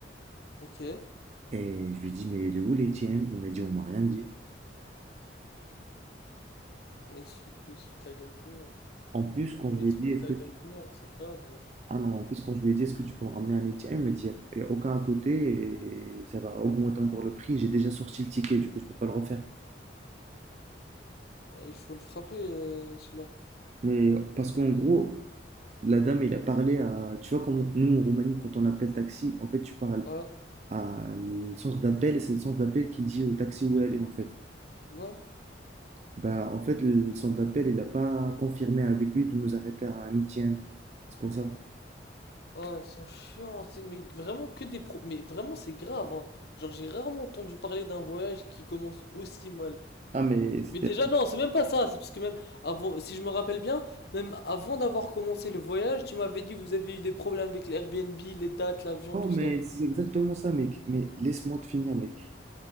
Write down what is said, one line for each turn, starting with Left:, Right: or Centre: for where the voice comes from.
Left: ok.
Right: Et je lui dis, mais il est où l'ATM? Il m'a dit, on m'a rien dit.
Left: Mais ils se foutent, ils se foutent la gueule du monde.
Right: En plus, quand je
Left: Mais
Right: lui
Left: il
Right: ai
Left: se
Right: dit,
Left: fout
Right: est-ce
Left: de
Right: que
Left: la gueule tout le monde, c'est grave, wesh.
Right: Ah non, en plus, quand je lui ai dit, est-ce que tu peux me ramener un étier? Il m'a dit, il n'y a, y a aucun à côté et ça va augmenter encore le prix. J'ai déjà sorti le ticket, du coup, je peux pas le refaire.
Left: Ah, Il faut le frapper, euh, celui-là.
Right: Mais parce qu'en gros, la dame, il a parlé à. Tu vois, comme nous, en Roumanie, quand on appelle taxi, en fait, tu parles
Left: Ah,
Right: à le centre d'appel et c'est le centre d'appel qui dit au taxi où aller, en fait.
Left: ouais.
Right: Bah, en fait, le centre d'appel, il n'a pas confirmé avec lui de nous arrêter à un étier. C'est pour ça.
Left: Ah, ils sont chiants, c'est mais vraiment que des pro... Mais vraiment, c'est grave, hein. Genre, j'ai rarement entendu parler d'un voyage qui commence aussi mal.
Right: Ah, mais c'était.
Left: Mais déjà, non, c'est même pas ça, c'est parce que même avant, si je me rappelle bien, même avant d'avoir commencé le voyage, tu m'avais dit que vous avez eu des problèmes avec les Airbnb, les dates, l'avion,
Right: Oh,
Left: tout
Right: mais
Left: ça.
Right: c'est exactement ça, mec. Mais laisse-moi te finir, mec.